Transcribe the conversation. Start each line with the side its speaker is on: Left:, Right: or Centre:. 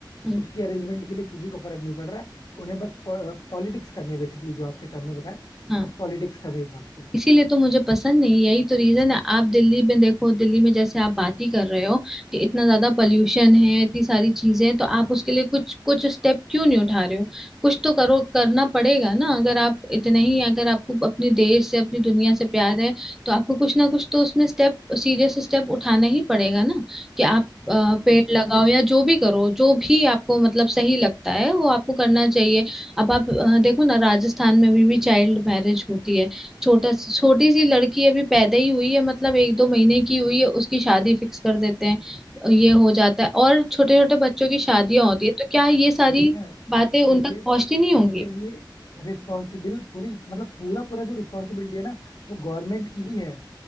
Centre: हम्म,
Left: उसकी अरेंजमेंट के लिए किसी को फर्क नहीं पड़ रहा है उन्हें बस पॉलिटिक्स करनी है बेसिकली जो आपके टर्म में बताए
Centre: हाँ
Left: बस पॉलिटिक्स करनी है इस बात पे
Centre: इसीलिए तो मुझे पसंद नहीं है। यही तो रीजन है आप दिल्ली में देखो दिल्ली में जैसे आप बात ही कर रहे हो कि इतना ज्यादा पोल्यूशन है इतनी सारी चीजें हैं तो आप उसके लिए कुछ कुछ स्टेप क्यों नहीं उठा रहे हो कुछ तो करो करना पड़ेगा ना अगर आप इतने ही अगर आपको अपने देश से अपनी दुनिया से प्यार है तो आपको कुछ ना कुछ तो उसमें स्टेप सीरियस स्टेप उठाना ही पड़ेगा ना कि आप अ, पेड़
Left: एग्जैक्टली
Centre: लगाओ या जो भी करो जो भी आपको मतलब सही लगता है वो आपको करना चाहिए अब आप अ, देखो ना राजस्थान में अभी भी चाइल्ड मैरिज होती है छोटा छोटी सी लड़की अभी पैदा ही हुई है मतलब एक दो महीने की हुई है उसकी शादी फिक्स कर देते हैं ये हो जाता है और छोटे छोटे बच्चों की शादियां होती है तो क्या ये सारी
Left: वही ना इसके
Centre: बातें उन
Left: लिए
Centre: तक पहुंचती नहीं होंगी
Left: इसके लिए रिस्पॉन्सिबल पूरी मतलब पूरा पूरा जो रिस्पॉन्सिबिलिटी है ना वो गवर्नमेंट की ही है